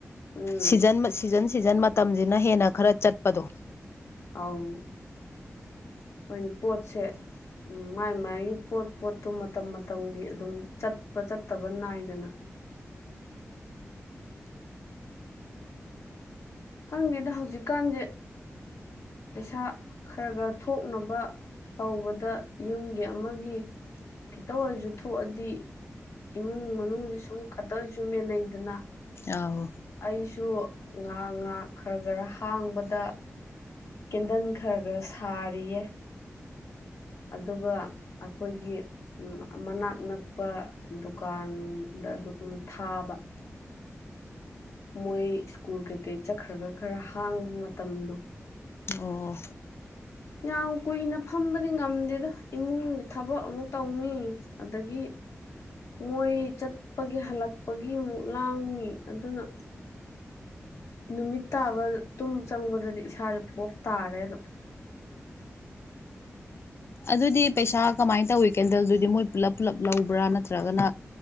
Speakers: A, on the left; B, on the left.
A: ꯎꯝ
B: ꯁꯤꯖꯟ ꯁꯤꯖꯟ ꯁꯤꯖꯟ ꯃꯇꯝꯁꯤꯅ ꯍꯦꯟꯅ ꯈꯔ ꯆꯠꯄꯗꯣ
A: ꯑꯥꯎ ꯍꯣꯏꯅꯦ ꯄꯣꯠꯁꯦ ꯎꯝ ꯃꯥꯏ ꯃꯥꯥꯏꯒꯤ ꯄꯣꯠ ꯄꯣꯠꯇꯣ ꯃꯇꯝ ꯃꯇꯝꯒꯤ ꯑꯗꯨꯝ ꯆꯠꯄ ꯆꯠꯇꯕ ꯅꯥꯏꯗꯅ ꯎꯝ ꯈꯪꯗꯦꯗ ꯍꯧꯖꯤꯛꯀꯥꯟꯁꯦ ꯄꯩꯁꯥ ꯈꯔ ꯈꯔ ꯊꯣꯛꯅꯕ ꯇꯧꯕꯗ ꯌꯨꯝꯒꯤ ꯑꯃꯒꯤ ꯈꯤꯇꯪ ꯑꯣꯏꯔꯁꯨ ꯊꯣꯛꯑꯗꯤ ꯏꯃꯨꯡ ꯃꯅꯨꯡꯁꯤ ꯁꯨꯝ ꯈꯛꯇꯁꯨ ꯃꯦꯟꯅꯩꯗꯅ
B: ꯑꯥꯎ
A: ꯑꯩꯁꯨ ꯉꯥ ꯉꯥ ꯈꯔ ꯈꯔ ꯍꯥꯡꯕꯗ ꯀꯦꯟꯗꯜ ꯈꯔ ꯈꯔ ꯁꯥꯔꯤꯌꯦ ꯑꯗꯨꯒ ꯑꯩꯈꯣꯏꯒꯤ ꯃꯅꯥꯛ ꯅꯛꯄ ꯗꯨꯀꯥꯟ ꯗ ꯑꯗꯨꯝ ꯊꯥꯕ ꯃꯣꯏ ꯁ꯭ꯀꯨꯜ ꯀꯩꯀꯩ ꯆꯠꯈ꯭ꯔꯒ ꯈꯔ ꯍꯥꯡꯕ ꯃꯇꯝꯗꯣ
B: ꯑꯣ
A: ꯌꯥꯝ ꯀꯨꯏꯅ ꯐꯝꯕꯗꯤ ꯉꯝꯗꯦꯗ ꯏꯃꯨꯡꯒꯤ ꯊꯕꯛ ꯑꯃꯨꯛ ꯇꯧꯅꯤ ꯑꯗꯒꯤ ꯍ ꯃꯣꯏ ꯆꯠꯄꯒꯤ ꯍꯜꯂꯛꯄꯒꯤ ꯑꯃꯨꯛ ꯂꯥꯡꯉꯤ ꯑꯗꯨꯅ ꯅꯨꯃꯤꯠ ꯇꯥꯕ ꯇꯨꯝ ꯆꯪꯕꯗꯗꯤ ꯏꯁꯥꯁꯦ ꯄꯣꯞ ꯇꯥꯔꯦ ꯑꯗꯨꯝ ꯎ
B: ꯑꯗꯨꯗꯤ ꯄꯩꯁꯥ ꯀꯃꯥꯏꯅ ꯇꯧꯋꯤ ꯀꯦꯟꯗꯜꯗꯨꯗꯤ ꯃꯣꯏ ꯄꯨꯂꯞ ꯄꯨꯂꯞ ꯂꯧꯕ꯭ꯔꯥ ꯅꯠꯇ꯭ꯔꯒꯅ